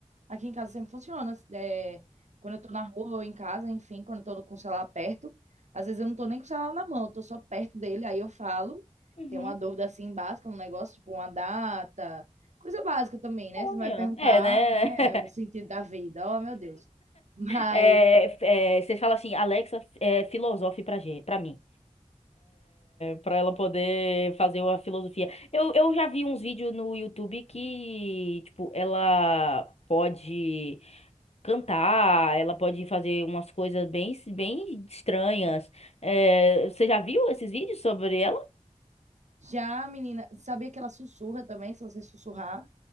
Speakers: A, on the right (about 65°); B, on the left (about 55°).
A: Aqui em casa sempre funciona. É, quando eu tô na rua ou em casa, enfim, quando eu tô com o celular perto, às vezes eu não tô nem com o celular na mão, eu tô só perto dele, aí eu falo.
B: Uhum.
A: Tem uma dúvida assim básica, um negócio tipo uma data, coisa básica também, né?
B: Olha,
A: Você vai perguntar,
B: é, né?
A: né, o sentido
B: <laughs>
A: da vida. Oh, meu Deus. Mas
B: É, é, você fala assim, Alexa, é, filosofe pra gente, para mim. para ela poder fazer a filosofia. Eu, eu já vi uns vídeos no YouTube que, tipo, ela pode cantar, ela pode fazer umas coisas bem, bem estranhas. É, você já viu esses vídeos sobre ela?
A: já a menina, sabia que ela sussurra também, se você sussurrar?